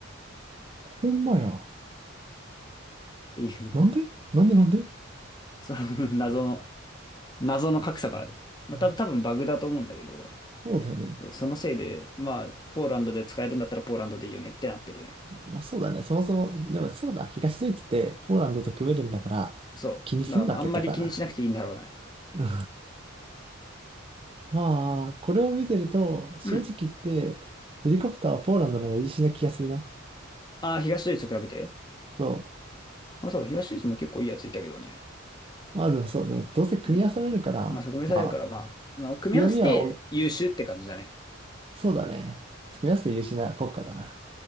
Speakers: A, on the right; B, on the left.
A: ほんまや。
B: ていう
A: なんでなんでなんでう
B: <laughs> その謎の、謎の格差がある。まあ、
A: ん
B: 多分、多分バグだと思うんだけど、
A: そうだよね。
B: そのせいで、まあ、ポーランドで使えるんだったらポーランドでいいよねってなってるね。
A: まあそうだね。そもそも、でもそうだ。東ドイツってポーランドと組めるんだから、
B: そう。
A: 気にすんなってことだな。
B: だからあんまり気にしなくていいんだろうね。
A: <laughs> うんまあ、これを見てると、正直言って、
B: うん。
A: ヘリコプターはポーランドの方がいいしな気がするな。
B: ああ、東ドイツと比べて。
A: そ
B: まあそう、東ドイツも結構いいやついたけどね。
A: う。まあでもそう、でもどうせ組み合わされるから、
B: うん。まあそこ目さだから、
A: まあ、
B: まあ、まあ、組み合わせて優秀って感じだね。
A: 強みはお、そうだね。組み合わせて優秀な国家だな。